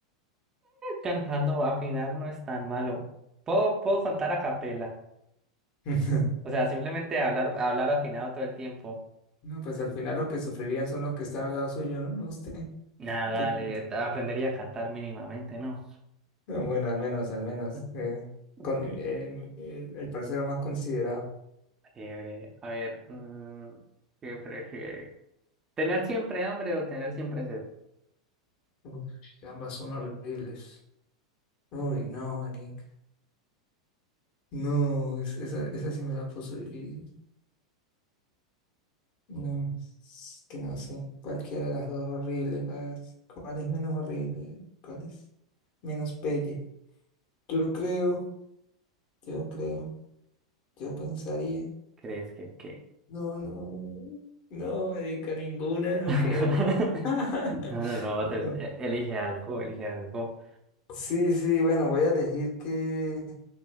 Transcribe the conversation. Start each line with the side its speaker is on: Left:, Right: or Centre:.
Right: Cantando, afinar no es tan malo. Puedo, puedo contar a capela,
Left: <laughs>
Right: o sea, simplemente hablar, hablar afinado todo el tiempo.
Left: No, pues al final los que sufrirían son los que están al lado suyo, ¿no? No usted.
Right: Nada,
Left: ¿Qué tal?
Right: dale, aprendería a cantar mínimamente, ¿no?
Left: No, Bueno, al menos, al menos.
Right: <laughs>
Left: eh,
Right: Mm.
Left: con, eh, el, el parcero más considerado.
Right: Breve, a ver, mm, ¿qué prefiere? ¿Tener siempre hambre o tener siempre sed?
Left: Uf, ambas son horribles. Uy, no, manica. No, es- esa, esa sí me la puso difícil. No, es que no sé. Cualquiera de las dos horrible, parce. ¿Cuál es menos horrible? ¿Cuál es menos pelle? Yo creo, yo creo, yo pensaría.
Right: ¿Crees que qué?
Left: No, no, no, marica, ninguna, no
Right: <laughs>
Left: quiero. <laughs>
Right: No, no, no, va a tener-
Left: No
Right: e- elige algo, elige algo.
Left: Sí, sí, bueno, voy a elegir que,